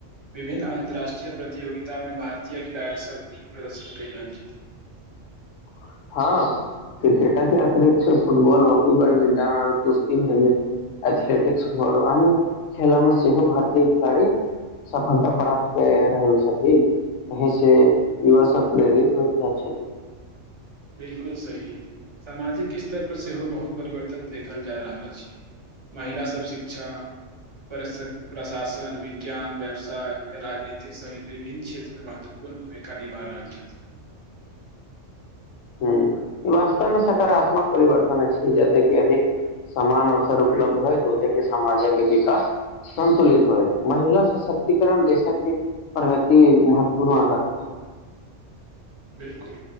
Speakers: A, on the right; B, on the left.
A: विभिन्न अन्तर्राष्ट्रीय प्रतियोगितामे भारतीय खिलाड़ीसभ नीक प्रदर्शन कइ रहल छथि
B: <inaudible> हँ क्रिकेट के अतिरिक्त फुटबॉल हॉकी बैडमिंटन आओर कुस्ती भे गेल एथलेटिक्स भर अन खेलामे सेहो भारतीय खेलाड़ी सफलता प्राप्त के रहल छथि अही से युवा सब प्रेरित होइत हेत छथि
A: बिल्कुल सही सामाजिक स्तरपर सेहो बहुत परिवर्तन देखल जा रहल अछि महिलासभ शिक्षा प्रशासन विज्ञान व्यवसाय य राजनीतिक सहित विभिन्न क्षेत्र मे महत्वपूर्ण भूमिका निभा रहल छथिन
B: <inaudible> ह ई वास्तवमे सकारात्मक परिवर्तन अछि जतेक की अभिक समान अवसर उपलब्ध होय तऽ ओत समाज के विकास संन्तुलित होए महिला सशक्तिकरण देशक प्रगति महत्वपूर्ण आधारत अछि <inaudible>
A: बिलकुल